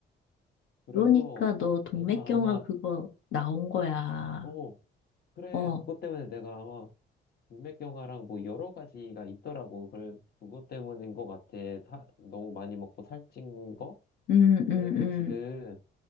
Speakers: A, on the left; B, on the left.
A: 그래서
B: 그러니까 너 동맥경화
A: 내가 아마,
B: 그거 나온 거야.
A: 어, 그래.
B: 어,
A: 그것 때문에 내가 아마 동맥경화랑 뭐 여러 가지가 있더라고. 그래, 그것 때문인 것 같아. 다, 너무 많이 먹고 살찐 거?
B: 응, 응,
A: 그래서
B: 응.
A: 지금